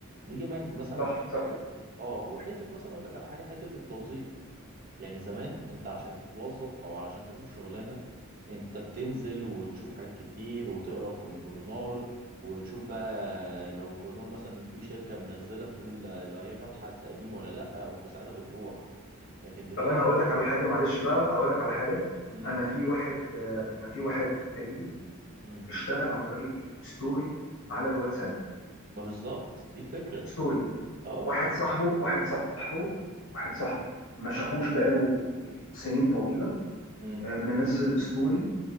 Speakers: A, on the right; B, on the left.
A: نيجي م- مثلا
B: صح
A: ح- اه وحتة مثلا اقول لك على حاجة حتة التوظيف يعني زمان انت عشان تتوظف او علشان تشوف شغلانة انت بتنزل وتشوف حاجات كتير وتقرا في الجورنال وتشوف بقى لو الجورنال مثلا في شركة منزلة بتقول لو هي فاتحة التقديم ولا لأ وساعتها بتروح لكن دلوقتي
B: طب انا
A: الموضوع
B: هقول لك على حاجه معلش بقى هقول لك على حاجه
A: امم
B: انا في واحد آه، انا في واحد قريبي
A: امم
B: اشتغل عن طريق ستوري على الواتساب
A: ما بالظبط دي الفكرة
B: ستوري
A: اه
B: واحد صاحبه واحد صاحبه واحد صاحبه ما شافوش بقاله سنين طويله
A: امم
B: آه، منزل ستوري